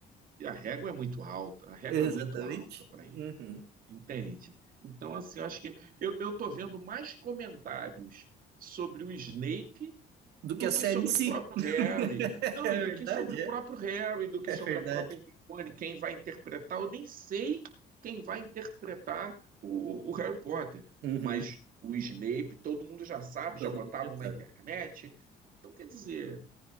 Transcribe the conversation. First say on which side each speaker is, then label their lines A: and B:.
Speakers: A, on the right; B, on the right.
A: E a régua é muito alta. A régua
B: exatamente,
A: é muito alta para ele.
B: uhum,
A: Entende? Então, assim, eu acho que eu, eu tô vendo mais comentários sobre o Snape
B: Do
A: do
B: que a série
A: que sobre
B: em si.
A: o próprio
B: <laughs>
A: Harry. Não,
B: É verdade,
A: e do que sobre o próprio
B: é,
A: Harry, do que sobre
B: é verdade.
A: a própria Hermione, quem vai interpretar. Eu nem sei quem vai interpretar o, o Harry Potter.
B: Uhum.
A: Mas o Snape, todo mundo já sabe,
B: Todo
A: já botaram
B: mundo já sabe.
A: na internet. Então, quer dizer,